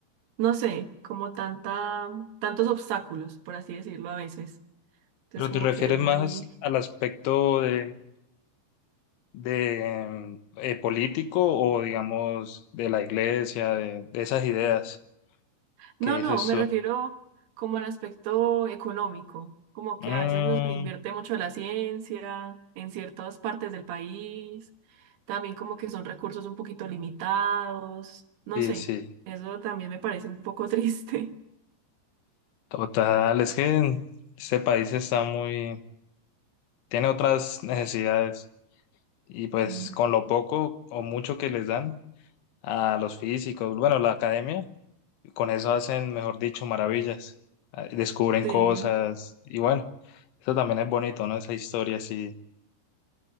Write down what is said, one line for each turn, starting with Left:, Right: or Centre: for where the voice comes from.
Right: no sé, como tanta, tantos obstáculos, por así decirlo, a veces. Entonces,
Left: Pero
Right: como
Left: te refieres
Right: que es muy...
Left: más al aspecto de de eh, político o digamos de la iglesia, de, de esas ideas
Right: No,
Left: que
Right: no,
Left: dices
Right: me
Left: tú.
Right: refiero como al aspecto económico, como que
Left: Mm,
Right: a veces nos invierte mucho a la ciencia en ciertas partes del país, también como que son recursos un poquito limitados, no
Left: sí,
Right: sé,
Left: sí,
Right: eso también me parece un poco <laughs> triste.
Left: total, es que este país está muy, tiene otras necesidades y pues
Right: Mm.
Left: con lo poco o mucho que les dan a los físicos, bueno, la academia, con eso hacen, mejor dicho, maravillas, eh, descubren
Right: Sí,
Left: cosas y bueno, eso también es bonito, ¿no? Esa historia así.